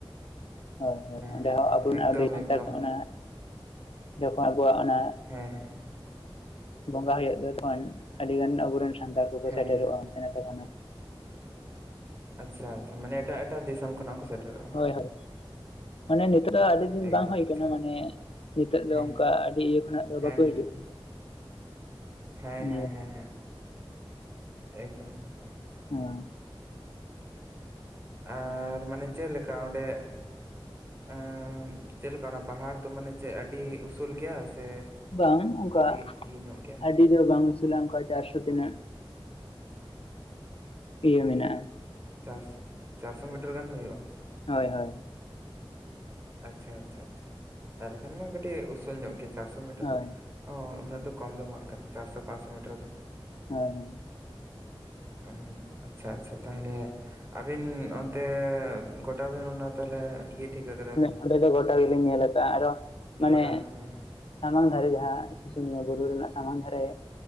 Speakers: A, on the left (about 80°); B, on the right (about 25°).
A: ᱦᱳᱭ ᱦᱳᱭ ᱚᱸᱰᱮ
B: ᱦᱮᱸ
A: ᱦᱚᱸ
B: ᱦᱮᱸ
A: ᱟᱵᱚᱱᱟᱜ
B: ᱮᱠᱫᱚᱢ
A: ᱚᱸᱰᱮ ᱥᱟᱱᱛᱟᱲ
B: ᱮᱠᱫᱚᱢ
A: ᱚᱱᱟ, ᱡᱚᱠᱷᱚᱱ ᱟᱵᱚᱣᱟᱜ ᱚᱱᱟ
B: ᱦᱮᱸ ᱦᱮᱸ ᱦᱮᱸ᱾
A: ᱵᱚᱸᱜᱟ ᱦᱩᱭᱩᱜ ᱫᱚ ᱛᱚᱠᱷᱚᱱ, ᱟᱹᱰᱤ ᱜᱟᱱ ᱟᱵᱚ ᱨᱮᱱ ᱥᱟᱱᱛᱟᱲ ᱠᱚᱠᱚ
B: ᱦᱮᱸ
A: ᱥᱮᱴᱮᱨᱚᱜᱼᱟ᱾
B: ᱦᱮᱸ
A: ᱠᱟᱱᱟ ᱛᱟᱵᱚᱱᱟ᱾
B: ᱟᱪᱪᱷᱟ ᱟᱪᱪᱷᱟ ᱢᱟᱱᱮ ᱮᱴᱟᱜ ᱮᱴᱟᱜ ᱫᱤᱥᱚᱢ ᱠᱷᱚᱱᱟᱜ ᱠᱚ ᱥᱮᱴᱮᱨᱚᱜᱼᱟ ᱟᱨ
A: ᱦᱳᱭ ᱦᱳᱭ, ᱢᱟᱱᱮ ᱱᱤᱛᱚᱜ ᱫᱚ ᱟᱹᱰᱤ ᱫᱤᱱ
B: ᱮᱠᱫᱚᱢ
A: ᱵᱟᱝ ᱦᱳᱭ
B: ᱟᱪᱪᱷᱟ
A: ᱠᱟᱱᱟ
B: ᱟᱪᱪᱷᱟ
A: ᱢᱟᱱᱮ ᱱᱤᱛᱚᱜ ᱫᱚ
B: ᱦᱮᱸ
A: ᱚᱝᱠᱟ ᱟᱹᱰᱤ ᱤᱭᱟᱹ ᱠᱷᱚᱱᱟᱜ ᱫᱚ
B: ᱦᱮᱸ
A: ᱵᱟᱠᱚ
B: ᱦᱮᱸ
A: ᱦᱤᱡᱩᱜ ᱠᱟᱱᱟ,
B: ᱦᱮᱸ ᱦᱮᱸ
A: ᱱᱤᱭᱟᱹ
B: ᱦᱮᱸ ᱦᱮᱸ, ᱮᱠᱫᱚᱢ ᱮᱠᱫᱚᱢ ᱟᱪᱪᱷᱟ᱾
A: ᱦᱚᱭ᱾
B: ᱟᱨ ᱢᱟᱱᱮ ᱪᱮᱫ ᱞᱮᱠᱟ ᱚᱸᱰᱮ ᱮᱸᱻ ᱪᱮᱫ ᱞᱮᱠᱟ ᱚᱱᱟ ᱯᱟᱦᱟᱲ ᱫᱚ ᱢᱟᱱᱮ ᱪᱮᱫ ᱟᱹᱰᱤ ᱩᱥᱩᱞ ᱜᱮᱭᱟ ᱥᱮ
A: ᱵᱟᱝ ᱚᱝᱠᱟ
B: ᱠᱟᱹᱴᱤᱡ ᱤᱭᱟᱹ ᱧᱚᱜ ᱜᱮᱭᱟ
A: ᱟᱹ ᱰᱤ ᱫᱚ ᱵᱟᱝ ᱩᱥᱩᱞᱟ ᱚᱝᱠᱟ ᱪᱟᱨᱥᱚ ᱛᱤᱱᱟᱹᱜ, ᱤᱭᱟᱹ ᱢᱮᱱᱟᱜᱼᱟ᱾
B: ᱪᱟᱨᱥᱚ, ᱪᱟᱨᱥᱚ ᱢᱤᱴᱟᱨ ᱜᱟᱱ ᱦᱩᱭᱩᱜᱼᱟ?
A: ᱦᱳᱭ ᱦᱳᱭ᱾
B: ᱟᱪᱪᱷᱟ ᱟᱪᱪᱷᱟ ᱟᱪᱪᱷᱟ, ᱛᱟᱦᱚᱞᱮ ᱠᱷᱟᱱ ᱢᱟ ᱠᱟᱹᱴᱤᱡ ᱩᱥᱩᱞ ᱧᱚᱜ ᱜᱮ ᱪᱟᱨᱥᱚ ᱢᱤᱴᱟᱨ,
A: ᱦᱳᱭ
B: ᱦᱚᱸ ᱩᱱᱟᱹᱜ ᱫᱚ ᱠᱚᱢ ᱫᱚ ᱵᱟᱝ ᱠᱟᱱᱟ ᱪᱟᱨᱥᱚ ᱯᱟᱸᱪᱥᱚ ᱢᱤᱴᱟᱨ ᱫᱚᱼᱼ
A: ᱦᱳᱭ ᱦᱳᱭ
B: ᱦᱩᱸ ᱟᱪᱪᱷᱟ ᱟᱪᱪᱷᱟ ᱛᱟᱦᱞᱮ ᱟᱵᱤᱱ ᱚᱱᱛᱮ ᱜᱚᱴᱟ ᱵᱤᱱ ᱚᱱᱟ ᱛᱟᱦᱚᱞᱮ ᱤᱭᱟᱹ ᱴᱷᱤᱠ ᱟᱠᱟᱫᱟ
A: ᱟᱞᱮ ᱫᱚ ᱜᱚᱴᱟ ᱜᱮ ᱞᱤᱧ ᱧᱮᱞ ᱟᱠᱟᱫᱼᱟ ᱟᱫᱚ ᱢᱟᱱᱮᱼᱼ
B: ᱜᱚᱴᱟ ᱦᱮᱸ
A: ᱥᱟᱢᱟᱝ ᱫᱷᱟᱨᱮ ᱡᱟᱦᱟᱸ ᱥᱩᱥᱩᱱᱤᱭᱟᱹ ᱵᱩᱨᱩ ᱨᱮᱱᱟᱜ ᱥᱟᱢᱟᱝ ᱫᱷᱟᱨᱮ